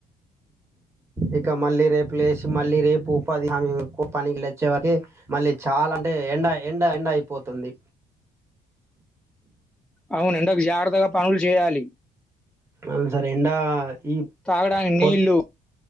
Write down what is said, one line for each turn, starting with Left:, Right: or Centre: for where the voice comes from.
Right: ఇక మళ్ళీ రేపు లేచి మళ్ళీ రేపు ఉపాధి హామీ పనికి వెళ్ళి వచ్చే వరకి మళ్ళీ చాలా అంటే ఎండ ఎండ ఎండ అయిపోతుంది
Centre: అవును ఎండకు జాగ్రత్తగా పనులు చేయ్యాలి
Right: అవును సార్ ఎండా ఈ
Centre: తాగడానికి
Right: పొద్
Centre: నీళ్లు